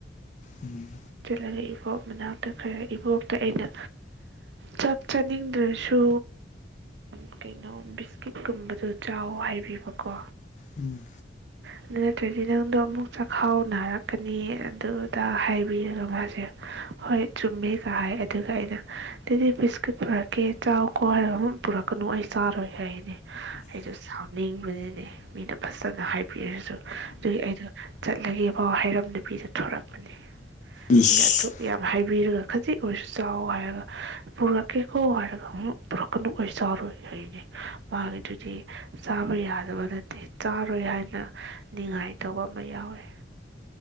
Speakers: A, on the left; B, on the right.
A: ꯎꯝ
B: ꯑꯗꯨꯒ ꯏꯕꯣꯛ ꯃꯅꯥꯛꯇ ꯈꯔ ꯏꯕꯣꯛꯇ ꯑꯩꯅ ꯆꯥꯛ ꯆꯥꯅꯤꯡꯗ꯭ꯔꯁꯨ ꯎ ꯀꯩꯅꯣ ꯕꯤꯁꯀꯤꯠꯀꯨꯝꯕꯗꯣ ꯆꯥꯎ ꯍꯥꯏꯕꯤꯕꯀꯣ
A: ꯎꯝ
B: ꯑꯗꯨ ꯅꯠꯇ꯭ꯔꯗꯤ ꯅꯪꯗꯣ ꯑꯃꯨꯛ ꯆꯥꯛꯈꯥꯎ ꯅꯥꯔꯛꯀꯅꯤ ꯑꯗꯨꯗ ꯇꯥꯕꯤꯔꯒ ꯃꯥꯁꯦ ꯍꯣꯏ ꯆꯨꯝꯃꯦꯒ ꯍꯥꯏ ꯑꯗꯨꯒ ꯑꯩꯅ ꯑꯗꯨꯗꯤ ꯕꯤꯁꯀꯤꯠ ꯄꯨꯔꯛꯀꯦ ꯆꯥꯎ ꯀꯣ ꯍꯥꯏꯔ ꯄꯨꯔꯛꯀꯅꯨ ꯑꯩ ꯆꯥꯔꯣꯏ ꯍꯥꯏꯅꯦ ꯑꯩꯁꯨ ꯁꯥꯎꯅꯤꯡꯕꯅꯤꯅꯦ ꯃꯤꯅ ꯐꯖꯅ ꯍꯥꯏꯕꯤꯔꯁꯤ ꯁꯨ ꯑꯗꯨꯒꯤ ꯑꯩꯗꯣ ꯆꯠꯂꯒꯦ ꯐꯥꯎ ꯍꯩꯔꯝ ꯅꯨꯄꯤꯗ ꯊꯣꯔꯛꯄꯅꯤ
A: ꯏꯁ
B: ꯄꯅ ꯌꯥꯝ ꯍꯥꯏ ꯕꯤꯔꯒ ꯈꯖꯤꯛ ꯑꯣꯏꯔꯁꯨ ꯆꯥꯎ ꯍꯥꯏꯔꯒ ꯄꯨꯔꯛꯀꯦꯀꯣ ꯍꯥꯏꯔꯒ ꯑꯃꯨ ꯄꯨꯔꯛꯀꯅꯨ ꯑꯣꯏꯔꯁꯨ ꯆꯥꯎꯔꯣꯏ ꯍꯥꯏꯅꯤ ꯃꯥꯒꯤꯗꯨꯗꯤ ꯆꯥꯕ ꯌꯥꯗꯕ ꯅꯠꯇꯦ ꯆꯥꯔꯣꯏ ꯍꯥꯏꯅ ꯅꯤꯉꯥꯏꯇꯧꯕ ꯑꯃ ꯌꯥꯎꯋꯤ